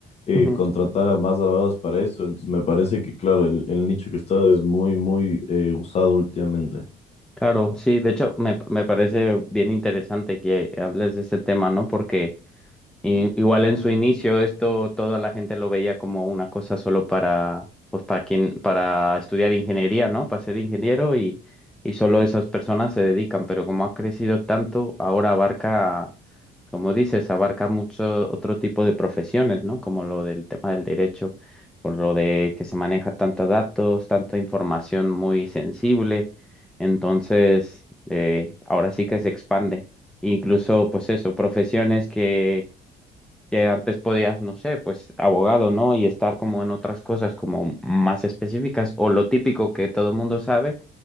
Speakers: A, on the left; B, in the centre.
A: eh,
B: ujú.
A: contratar a más abogados para eso, entonces me parece que claro, el, el nicho que está es muy, muy eh, usado últimamente.
B: Claro, sí, de hecho me, me parece bien interesante que hables de este tema, ¿no? Porque Y igual en su inicio esto toda la gente lo veía como una cosa solo para pues para quien para estudiar ingeniería, ¿no? Para ser ingeniero y y solo esas personas se dedican, pero como ha crecido tanto, ahora abarca, como dices, abarca mucho otro tipo de profesiones, ¿no? Como lo del tema del derecho, por lo de que se maneja tantos datos, tanta información muy sensible. Entonces, eh, ahora sí que se expande incluso pues eso, profesiones que que antes podías, no sé, pues abogado, ¿no? Y estar como en otras cosas como más específicas o lo típico que todo el mundo sabe,